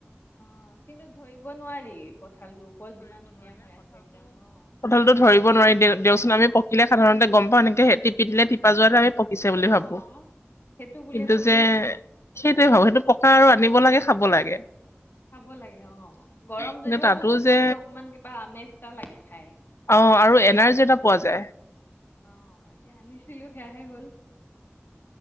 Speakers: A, on the left; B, on the left.
A: অ কিন্তু ধৰিব নোৱাৰি কঁঠালটোৰ ওপৰত যিমান ধুনীয়া হৈ আছে, একদম অ।
B: কঠলটো ধৰিব নোৱাৰি দেওচোন আমি পকিলে সাধাৰণতে গম পাওঁ এনেকে টপি দিলে টিপা যোৱাতে আমি পকিছে বুলি
A: অ
B: ভাৱোঁ।
A: অ সেইটো বুলিয়ে
B: কিন্তু
A: ভাবো
B: যে সেইটোৱে ভাৱোঁ সেইটো পকা আৰু আনিব লাগে খাব লাগে।
A: খাব লাগে অ, গৰম
B: কিন্তু
A: যদিও
B: তাতো
A: হ'ব কঁঠালটো
B: যে
A: অকমান কিবা আমেজ এটা লাগে খাই।
B: অ আৰু এনাৰ্জি এটা পোৱা যায়।
A: অ এতিয়া আনিছিলো সেয়াহে হ'ল।